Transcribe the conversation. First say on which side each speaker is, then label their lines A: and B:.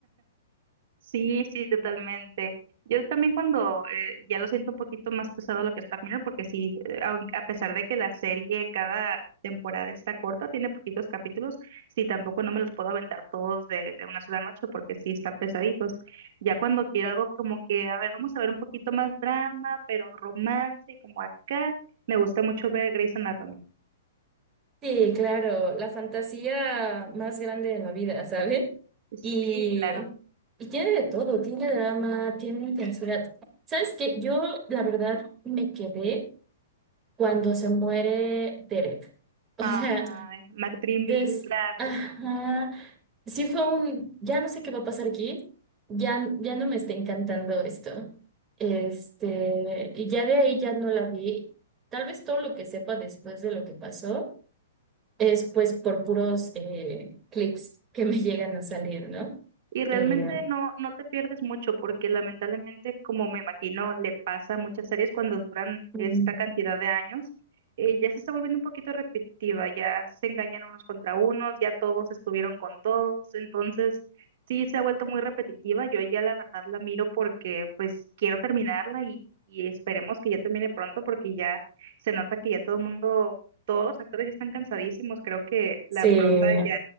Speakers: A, on the right; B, on the right.
A: Sí, sí, totalmente. Yo también cuando eh, ya lo siento un poquito más pesado lo que es Black Mirror, porque sí, eh, aun- a pesar de que la serie cada temporada está corta, tiene poquitos capítulos, sí, tampoco no me los puedo aventar todos de, de una sola noche porque sí están pesaditos. Ya cuando quiero algo como que, a ver, vamos a ver un poquito más drama, pero romance y como acá, me gusta mucho ver Grey's Anatomy.
B: Sí, claro, la fantasía más grande de la vida, ¿sabes?
A: Sí,
B: Y,
A: claro.
B: y tiene de todo, tiene drama, tiene intensidad. ¿Sabes qué? Yo, la verdad, me quedé cuando se muere Derek. <laughs> O
A: Ay,
B: sea, Mm.
A: McDreamy,
B: des...
A: claro.
B: Ajá, sí fue un... Ya no sé qué va a pasar aquí, ya, ya no me está encantando esto. Este, y ya de ahí ya no la vi. Tal vez todo lo que sepa después de lo que pasó es pues por puros eh, clips que me llegan a salir, ¿no?
A: Y realmente
B: Eh,
A: no, no te pierdes mucho porque lamentablemente, como me imagino, le pasa a muchas series cuando duran
B: mm,
A: esta cantidad de años, eh, ya se está volviendo un poquito repetitiva, ya se engañan unos contra unos, ya todos estuvieron con todos, entonces sí se ha vuelto muy repetitiva, yo ya la verdad la miro porque pues quiero terminarla y, y esperemos que ya termine pronto porque ya se nota que ya todo el mundo, todos los actores ya están cansadísimos, creo que la
B: sí.
A: prota ya